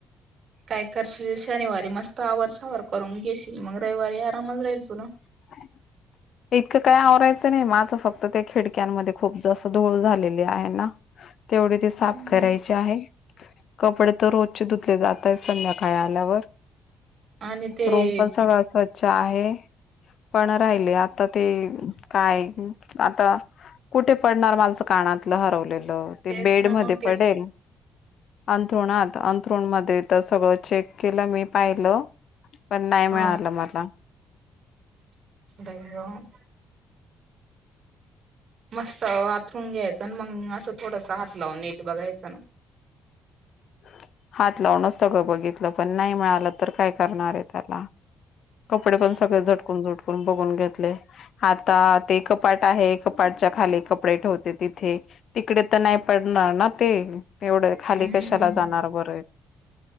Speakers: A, on the right (about 50°); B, on the left (about 55°).
A: काय करशील शनिवारी मस्त आवर सावर करून घेशील मग रविवारी आरामच राहील तुला.
B: <unintelligible> इतकं काही आवरायचं नाही माझं फक्त त्या खिडक्यांमध्ये खूप जास्त धूळ झालेली आहे ना. तेवढे ते साफ
A: हम्म
B: करायचे आहे. कपडे तर रोजचे धुतली जातय संध्याकाळी आल्यावर.
A: आणि ते
B: रूम पण सगळं स्वच्छ आहे. पण राहिले आ- आता ते काय आता कुठे पडणार मालचं कानातलं हरवलेलं. ते
A: तेच
B: बेड
A: ना
B: मध्ये
A: मग तेच
B: पडेल. अंथरुणात अंथ्रूणमध्ये तर सगळं चेक केलं मी पाहिलं. पण नाही मिळालं
A: हो.
B: मला.
A: बललॉम मस्त अथरून घ्यायचं आणि मग असं थोडस हात लावून नेट बघायचं ना.
B: ह हात लावणच सगळं बघितलं पण नाही मिळालं तर काय करणार आहे त्याला. कपडे
A: बाई
B: पण सगळे
A: ग
B: झटकून झटून. बघून घेतले आता ते कपाट आहे कपाटच्या खाली कपडे ठेवते तिथे- तिकडे तर नाही पडणार ना ते तेवढ खाली
A: हम्म.
B: कशाला जाणार बर.